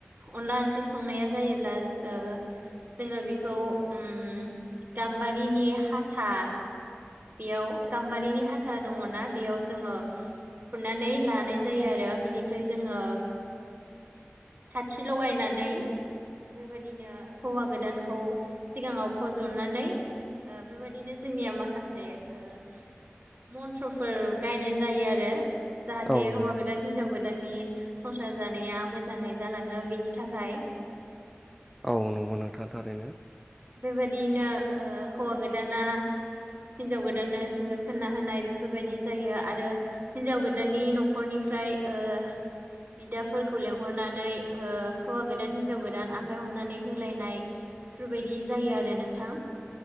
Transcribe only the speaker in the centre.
औ
नंगौ
नोंथां
औ नंगौ नोंथां थारैनो